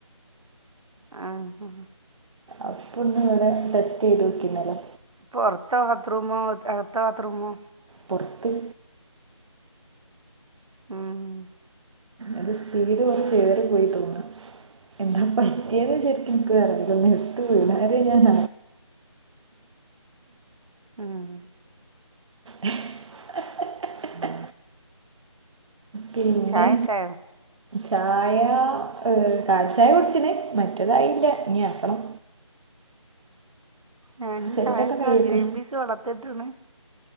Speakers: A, on the right (about 80°); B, on the right (about 65°).
A: ആഹ്
B: അപ്പം നിങ്ങളുടെ ടെസ്റ്റ് ചെയ്ത് വയ്ക്കുന്നല്ലോ
A: പ്പൊറത്ത ബാത്രറൂമോ അകത്ത ബാത്രൂമോ
B: പുറത്ത്
A: ഉം
B: അത് സ്പീഡ് കുറച്ച് വരെ പോയി തോന്നാം എന്താ പറ്റിയത് ശരിക്കും എനിക്ക് അറീല ഇതന്നെ എടുത്ത് വീണാരേ ഞാന
A: ഉം
B: അഹ് ഹ് ഹ് ഹ് പിന്നെ
A: ചായക്കായോ
B: ചായ കാൽ ചായ കുടിച്ചീണ് മറ്റേതായില്ല ഇനി ആക്കണം
A: ഞാൻ
B: ചെറുതൊക്കെ
A: ചായൊക്കാ
B: കഴിയട്ടെ
A: ഗ്രീൻ പീസ് വള്ളത്തില്ട്ടീണ്